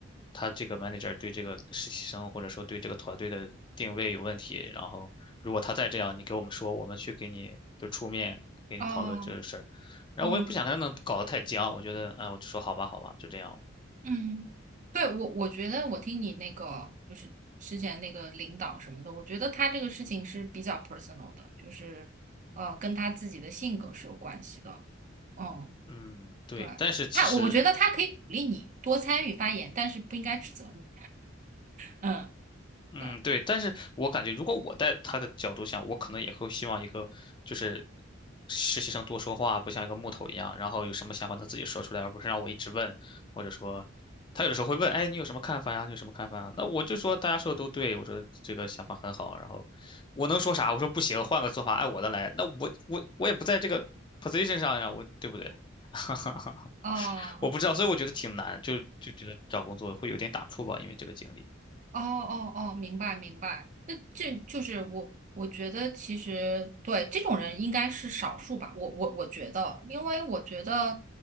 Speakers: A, on the left; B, on the right.
A: 他这个 manager 对这个实习生或者说对这个团队的定位有问题，然后如果他再这样，你给我们说，我们去给你就出面给你讨论这个事儿。
B: 哦，
A: 然后我也不想跟他们搞得太僵，
B: 嗯
A: 我觉得，哎，我就说好吧，好吧，就这样。
B: 嗯，对，我我觉得我听你那个就是之前那个领导什么的，我觉得他这个事情是比较 personal 的，就是呃跟他自己的性格是有关系的。嗯，
A: 嗯，对，
B: 对，
A: 但是其实
B: 他我觉得他可以鼓励你多参与发言，但是不应该指责你。嗯，
A: 嗯，
B: 对，
A: 对，但是我感觉如果我在他的角度想，我可能也会希望一个就是实习生多说话，不像一个木头一样，然后有什么想法他自己说出来，而不是让我一直问，或者说他有的时候会问，哎，你有什么看法呀？你有什么看法呀？那我就说大家说的都对，我说这个想法很好，然后我能说啥？我说不行，换个做法，按我的来。那我我我也不在这个 position 上呀，我对不对？<laughs>
B: 哦、
A: 我不知道，所以我觉得挺难，就就觉得找工作会有点打怵吧，因为这个经历。
B: 哦哦哦，明白明白。那这就是我，我觉得其实对这种人应该是少数吧。我我我觉得，因为我觉得，